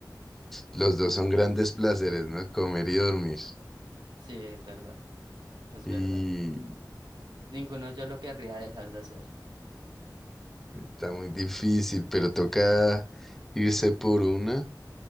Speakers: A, in the centre; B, on the right.
A: Los dos son grandes placeres, ¿no? Comer y dormir.
B: Sí, es verdad. es
A: Y
B: verdad. Ninguno yo lo querría dejar de hacer.
A: está muy difícil, pero toca irse por una.